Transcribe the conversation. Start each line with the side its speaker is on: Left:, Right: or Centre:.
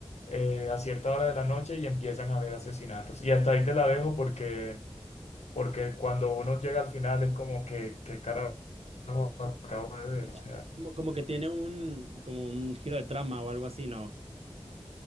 Left: eh, a cierta hora de la noche y empiezan a haber asesinatos. Y hasta ahí te la dejo porque, porque cuando uno llega al final es como que, que carajo acabo de ver,
Right: O sea,
Left: o sea.
Right: como, como que tiene un, como un giro de trama o algo así, ¿no?